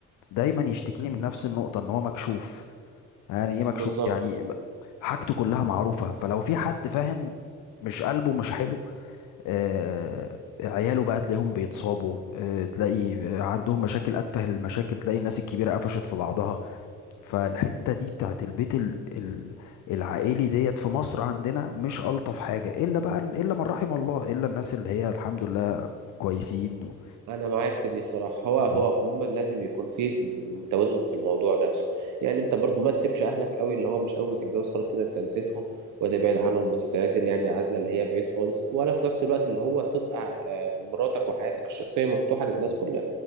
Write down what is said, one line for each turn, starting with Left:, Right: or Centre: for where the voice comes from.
Left: دايما يشتكي لي من نفس النقطه ان هو مكشوف يعني ايه مكشوف
Right: بالظبط
Left: يعني حاجته كلها معروفه فلو في حد فاهم مش قلبه مش حلو آه، عياله بقى تلاقيهم بيتصابوا آه، تلاقي آه، عندهم مشاكل أتفه المشاكل تلاقي الناس الكبيرة قفشت في بعضها فالحتة دي بتاعت البيت ال- ال- العائلي ديت في مصر عندنا مش ألطف حاجة إلا بقى إلا من رحم الله إلا الناس اللي هي الحمد لله كويسين و...
Right: انا معاك في دي الصراحه هو هو
Left: اه
Right: عموما لازم يكون فيه في توازن في الموضوع نفسه يعني انت برضو ما تسيبش اهلك قوي اللي هو مش اول ما تتجوز خلاص كده انت نسيتهم وتبعد عنهم وتتعزل يعني عزله اللي هي بعيد خالص ولا في نفس الوقت اللي هو تبقى آه، مراتك وحياتك الشخصيه مفتوحه للناس
Left: مم.
Right: كلها